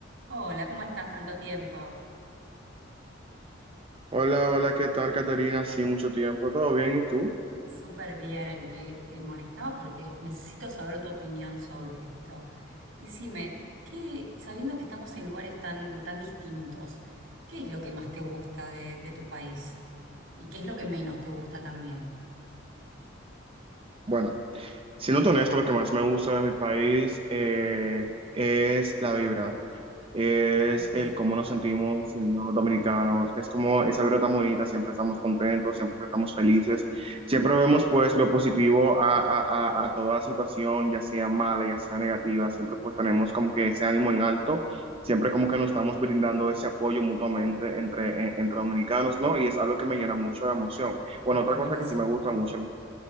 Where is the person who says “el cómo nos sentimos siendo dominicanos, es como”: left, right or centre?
Right